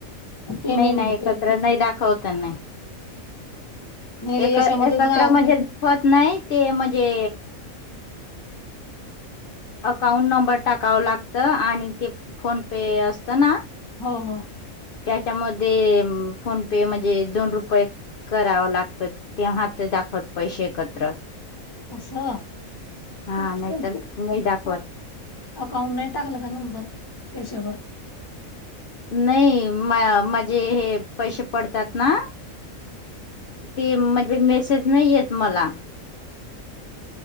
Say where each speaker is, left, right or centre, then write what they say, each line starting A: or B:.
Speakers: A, on the left (about 20°); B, on the left (about 65°).
A: पेमेंट
B: नाही नाही
A: ग
B: एकत्र
A: पेमेंट
B: नाही दाखवता नाही
A: नाही ग
B: एक
A: याच्यामध्येच
B: एकत्र
A: ना
B: म्हणजे दुखवत नाही ते म्हणजे अकाउंट नंबर टाकाव लागत आणि ते फोन पे असतं ना
A: हो हो
B: त्याच्यामध्ये फोन पे म्हणजे दोन रुपये करावं लागतं तेव्हा ते दाखवत पैसे एकत्र.
A: असं
B: हा नाहीतर
A: छा
B: नाही दाखवत
A: अकाउंट नाही टाकलं का नंबर त्याच्यावर.
B: नाही म माझे हे पैसे पडतात ना ते म्हणजे मेसेज नाही येत मला.